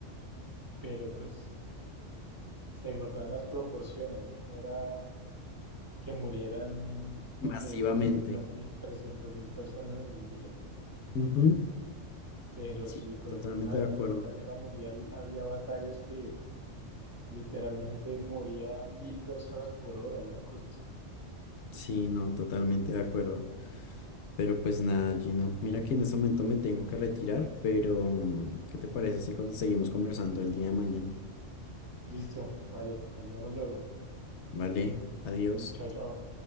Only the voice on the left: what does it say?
masivamente.
Ujú,
Sí,
totalmente
de
acuerdo.
Sí, no, totalmente de acuerdo. Pero pues nada, Gino, mira que en este momento me tengo que retirar, pero mm, ¿qué te parece si con- seguimos conversando el día de mañana?
Vale, adiós.